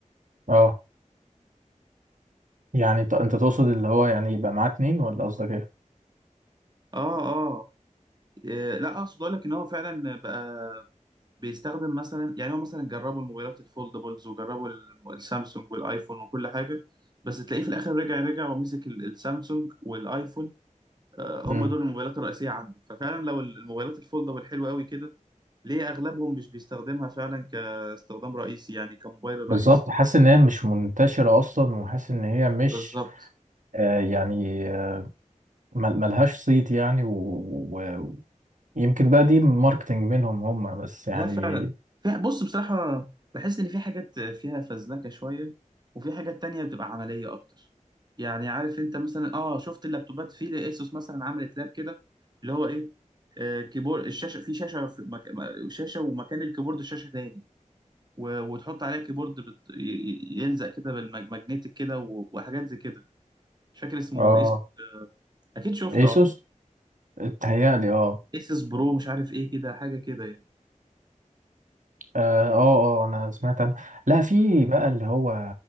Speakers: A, on the right (about 70°); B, on the right (about 30°).
A: اه يعني انت انت تقصد اللي هو يعني يبقى معاه اتنين ولا قصدك ايه؟
B: اه اه آه، لا اقصد اقول لك ان هو فعلا بقى بيستخدم مثلا يعني هو مثلا جربوا الموبايلات الفولدبلز وجربوا الم- السامسونج والايفون وكل حاجه بس تلاقيه في الاخر رجع رجع ومسك ال- السامسونج والايفون آه،
A: امم
B: هم دول الموبايلات الرئيسيه عنده ففعلا لو ال- الموبايلات الفولدبل حلوه قوي كده ليه اغلبهم مش بيستخدمها فعلا كاستخدام رئيسي يعني كموبايل
A: بالظبط
B: رئيسي
A: حاسس ان هي مش منتشرة اصلا وحاسس ان هي مش
B: بالظبط
A: آه يعني آه، مل- ملهاش صيت يعني و- و- ويمكن بقى دي ماركتينج منهم هم بس يعني
B: لا فعلا في بص بصراحة بحس إن في حاجات فيها فزلكة شوية وفي حاجات تانية بتبقى عملية أكتر يعني عارف أنت مثلا آه شفت اللابتوبات في لأسوس مثلا عملت لاب كده اللي هو إيه آه كيبورد الشاشة في شاشة في مك... م- شاشة ومكان الكيبورد شاشة تاني و... وتحط عليها كيبورد بت... ي- ي- يلزق كده بالماجنتيك كده و... وحاجات زي كده مش فاكر اسمه
A: اه
B: إيه اسمه أكيد شفته
A: ايسوس
B: أو حاجة.
A: اتهيألي اه
B: اسس برو مش عارف إيه كده حاجة كده يعني.
A: اه اه آه، انا سمعت عنه لا في بقى اللي هو